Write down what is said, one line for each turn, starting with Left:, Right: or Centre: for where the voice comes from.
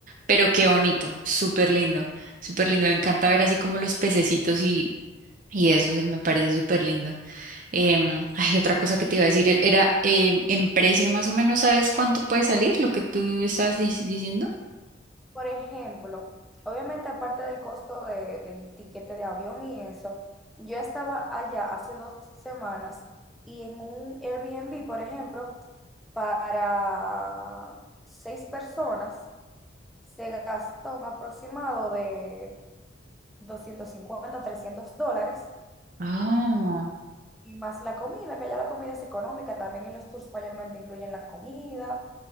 Right: pero qué bonito, súper lindo, súper lindo. Me encanta ver así como los pececitos y, y eso, se me parece súper lindo. Em, ay, otra cosa que te iba a decir e- era, em, en precio más o menos, ¿sabes cuánto puede salir lo que tú estabas dic- diciendo?
Centre: Por ejemplo, obviamente aparte del costo de- del tiquete de avión y eso, yo estaba allá hace dos semanas y en un Airbnb, por ejemplo, para seis personas se gastó un aproximado de doscientos cincuenta trescientos dólares
Right: Ah,
Centre: y más la comida, que ya la comida es económica, también en los tours mayormente incluyen la comida,